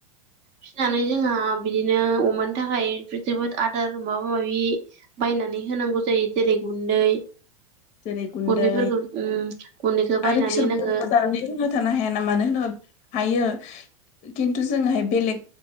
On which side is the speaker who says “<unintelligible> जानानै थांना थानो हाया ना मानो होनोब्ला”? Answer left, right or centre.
Left